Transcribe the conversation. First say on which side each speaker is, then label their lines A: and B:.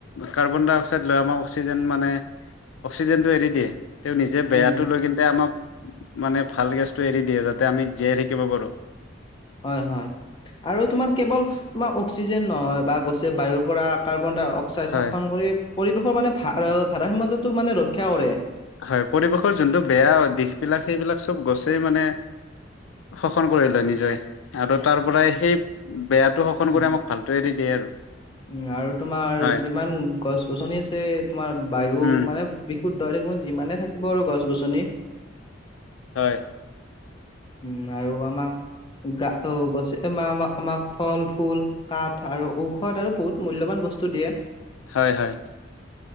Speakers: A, on the left (about 85°); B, on the left (about 25°).
A: কাৰ্বন ডাই অক্সাইড লয় আমাৰ অক্সিজেন মানে অক্সিজেনটো এৰি দিয়ে। তেওঁ নিজে বেয়াটো
B: উম
A: লৈ কিন্তে আমাক মানে ভাল গেছটো এৰি দিয়ে, যাতে আমি জীয়াই থাকিব পাৰোঁ।
B: হয় হয়। আৰু তোমাৰ কেৱল তোমাৰ অক্সিজেন নহয়, বা গছে বায়ুৰ পৰা কাৰ্বন ডাই অক্সাইড
A: হয়
B: শোষণ কৰি পৰিৱেশৰ মানে ভাৰ ভাৰসাম্যটো মানে ৰক্ষা কৰে।
A: হয়, পৰিৱেশৰ যোনটো বেয়া দিশ বিলাক সেইবিলাক চব গছে মানে শোষণ কৰি লয় নিজে, আৰু তাৰপৰাই সেই বেয়াটো শোষন
B: উম
A: কৰি আমাক ভালটো এৰি দিয়ে আৰু।
B: উম আৰু তোমাৰ
A: হয়
B: যিমান গছ গছনি আছে তোমাৰ বায়ু
A: উম
B: মানে বি <unintelligible> যিমানে থাকিব আৰু গছ গছনি
A: হয়।
B: উম আৰু আমাক গা অ গছে আম আম আমাক ফল, ফুল, কাঠ আৰু ঔষধ আৰু বহুত মূল্যৱান বস্তু দিয়ে।
A: হয় হয়।